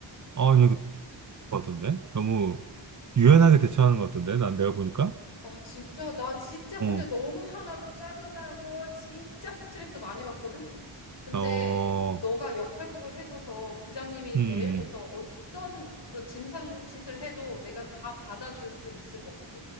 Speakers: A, on the right (about 40°); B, on the left (about 60°).
A: 아, 이거 같던데? 너무 유연하게 대처하는 것 같던데? 난 내가 보니까?
B: 아, 진짜, 나 진짜
A: 어,
B: 근데 너무 화나고 짜증나고 진짜 스트레스 많이 받거든? 근데
A: 어,
B: 너가 역할극을 해줘서 부장님이
A: 음, 음.
B: 내일부터 어떤 뭐 진상짓을 해도 내가 다 받아줄 수 있을 것 같아.